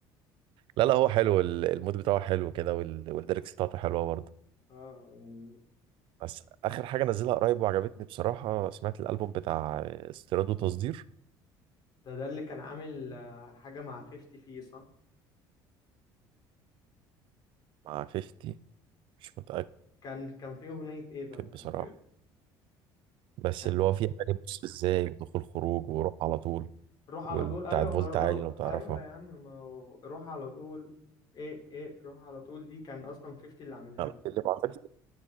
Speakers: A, on the right; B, on the left.
A: لا لا هو حلو ال- المود بتاعه حلو كده وال... والليركس بتاعته حلوة برضه
B: اه يعني
A: بس آخر حاجة نزلها قريب وعجبتني بصراحة سمعت الألبوم بتاع استيراد وتصدير
B: ده ده اللي كان عامل آه، حاجة مع 50 فيه صح
A: مع 50 مش متأكد
B: كان كان في أغنية ايه طيب كان
A: بصراحة
B: في إيه؟
A: بس
B: يعني
A: اللي هو فيه اغاني بص ازاي ودخول خروج وروح على طول
B: روح
A: وبتاعت
B: على طول ايوه ما
A: فولت
B: رو...
A: عالي
B: رو...
A: لو تعرفها
B: ايوه يا عم ما هو روح على طول ايه ايه روح على طول دي كان اصلا 50 اللي عاملها
A: أنا
B: له
A: اللي ما عملش